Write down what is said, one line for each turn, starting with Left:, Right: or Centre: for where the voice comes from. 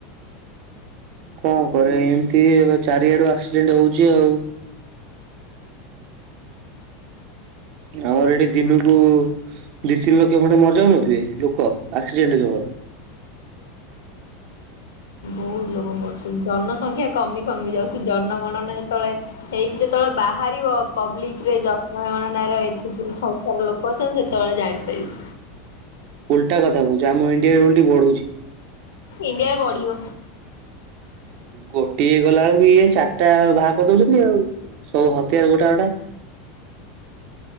Right: କଣ କରିବା ଏମିତି ଏବେ ଚାରିଆଡୁ ଆକ୍ସିଡେଣ୍ଟ ହଉଛି ଆଉ। ଆମର ଏଠି ଦିନକୁ ଦି ତିନି ଲକ୍ଷ ଖଣ୍ଡେ ମରିଯାଉନଥିବେ ଲୋକ ଆକ୍ସିଡେଣ୍ଟ କେବଳ।
Left: ବହୁତ ଲୋକ ମରୁଛନ୍ତି ଜନସଂଖ୍ୟା କମି କମି ଯାଉଛି ଜନଗଣନା ଯେତେବେଳେ ହେଇକି ଯେତେବେଳେ ବାହାରିବ ପବ୍ଲିକରେ ଜନଗଣନାର ଏତିକି ସଂଖ୍ୟାର ଲୋକ ପଚାରିବେ ସେତେବେଳେ ଜାଣିପାରିବି।
Right: ଓଲଟା କଥା କହୁଛୁ ଆମ ଇଣ୍ଡିଆରେ ଓଲଟି ବଢୁଛି।
Left: ଇଣ୍ଡିଆର ବଢିବ
Right: ଗୋଟିଏ ଗଲାବେଳକୁ ବି ଇଏ ଚାରିଟା ବାହାର କରି ଦଉଚନ୍ତି ଆଉ ସବୁ ହତିଆର ଗୋଟା ଗୋଟା